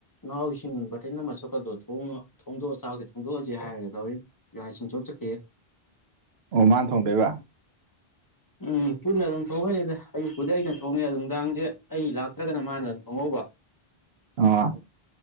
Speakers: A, on the left; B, on the right.
A: ꯅꯥꯎꯁꯤꯡ ꯕꯥꯇꯤꯜꯒ ꯑꯃ ꯁꯣꯛꯀꯠꯂꯣ ꯊꯣꯡꯗꯣꯛꯑ ꯆꯥꯛ ꯊꯣꯡꯗꯣꯛꯑꯁꯤ ꯍꯥꯏꯒꯦ ꯇꯧꯔꯤꯅꯤ ꯌꯥ ꯏꯁꯤꯡ ꯁꯣꯛꯄ ꯆꯠꯈꯤ
B: ꯑꯣ ꯃꯥꯟꯅ ꯊꯣꯡꯗꯣꯏꯕ
A: ꯎꯝ ꯄꯨꯟꯅ ꯑꯗꯨꯝ ꯊꯣꯡꯉꯅꯤꯗ ꯑꯌꯨꯛꯄꯨꯗꯤ ꯑꯩꯅ ꯊꯣꯡꯉꯦ ꯅꯨꯡꯗꯥꯡꯗꯤ ꯑꯩ ꯂꯥꯛꯇ꯭ꯔꯒꯅ ꯃꯥꯅ ꯑꯗꯨꯝ ꯊꯣꯡꯍꯧꯕ
B: ꯑꯣ